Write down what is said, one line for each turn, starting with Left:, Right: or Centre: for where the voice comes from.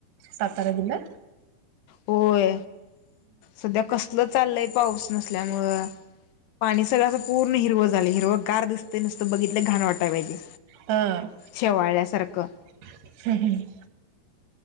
Right: सातार बला
Left: होय सध्या कसल चाललय पाऊस नसल्यामुळं पाणी सगळ्याचं पूर्ण हिरवं झाले हिरवं गार दिसते नसतं बघितलं घाण वाटाय पाहिजे
Right: हां
Left: शेवाळ्यासारखं
Right: ह